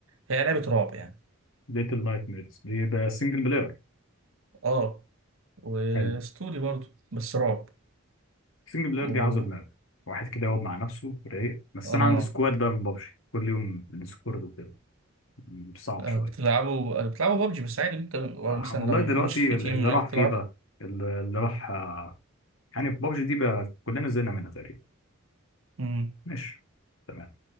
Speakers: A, on the right; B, on the left.
A: هي لعبه رعب يعني
B: ليتل نايت ميرز دي بقى سنجل بلاير
A: اه وستوري
B: حلو
A: برضو بس رعب
B: سنجل بلاير
A: و
B: دي عاوزة دماغ واحد كده يقعد مع نفسه رايق بس
A: اه
B: أنا عندي سكواد بقى من بابجي كل يوم ديسكورد وكده م، صعب
A: آه،
B: شوية
A: بتلعبوا بتلعبوا بابجي بس عادي انت
B: آه،
A: مثلا
B: والله
A: لما
B: دلوقتي
A: يكونش في
B: اللي
A: تيم معاك
B: راح فيفا
A: تلعب
B: اللي اللي راح آه، يعني في بابجي دي بقى كلنا زهقنا منها تقريبا
A: امم
B: ماشي تمام